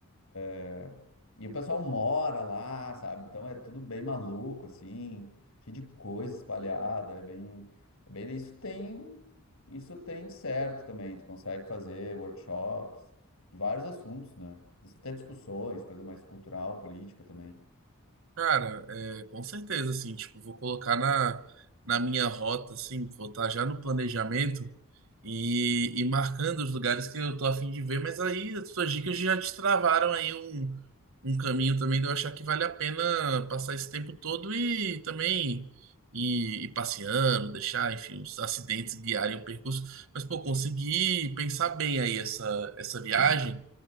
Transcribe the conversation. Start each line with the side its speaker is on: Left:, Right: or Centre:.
Left: É, E o pessoal mora lá, sabe? Então é tudo bem maluco, assim, cheio de coisa espalhada, é bem, é bem, isso tem, isso tem certo também. Tu consegue fazer workshops de vários assuntos, né? Até discussões, coisa mais cultural, política também.
Right: Cara, é, com certeza, assim, tipo, vou colocar na, na minha rota, assim, vou estar já no planejamento e, e marcando os lugares que eu tô a fim de ver, mas aí as suas dicas já destravaram aí um, um caminho também de eu achar que vale a pena passar esse tempo todo e também ir, ir passeando, deixar, enfim, os acidentes guiarem o percurso. Mas, pô, consegui pensar bem aí essa, essa viagem.